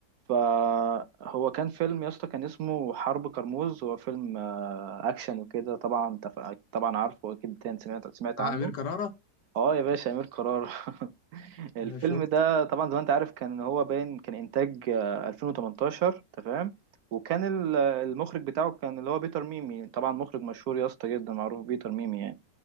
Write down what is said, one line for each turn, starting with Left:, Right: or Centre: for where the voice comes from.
Right: فهو كان فيلم يا اسطى كان اسمه حرب كرموز هو فيلم آه، اكشن وكده طبعا انت ف- طبعا عارفه اكيد انت سمعت سمعت
Left: بتاع
Right: عنه
Left: أمير كرارة
Right: اه يا باشا امير قرار <laughs> الفيلم
Left: آه، شفت
Right: ده طبعا زي ما انت عارف كان هو باين كان انتاج آه، 2018 تمام وكان ال- المخرج بتاعه كان اللي هو بيتر ميمي طبعا مخرج مشهور يا اسطى جدا معروف بيتر ميمي يعني